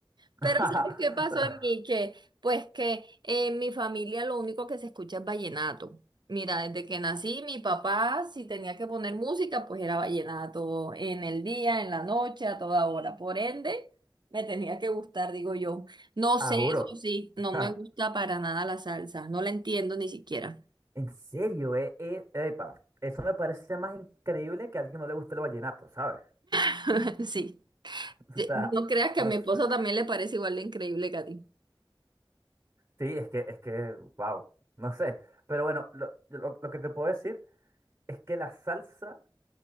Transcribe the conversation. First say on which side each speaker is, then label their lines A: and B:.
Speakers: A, on the right (about 30°); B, on the right (about 60°).
A: <laughs>
B: Pero ¿sabes qué pasó en mí? Que, pues que en mi familia lo único que se escucha es vallenato. Mira, desde que nací, mi papá, si tenía que poner música, pues era vallenato en el día, en la noche, a toda hora. Por ende, me tenía que gustar, digo yo. No sé,
A: Ah, juro.
B: eso sí, no
A: <laughs>
B: me gusta para nada la salsa. No la entiendo ni siquiera.
A: En serio, eh, eh, epa, eso me parece más increíble que a alguien no le guste el vallenato, ¿sabes?
B: <laughs> Sí.
A: <laughs>
B: Eh,
A: O sea,
B: No creas que
A: no
B: a mi
A: sé.
B: esposo también le parece igual de increíble que a ti.
A: Sí, es que, es que, wow, no sé. Pero bueno, lo, yo lo- lo que te puedo decir es que la salsa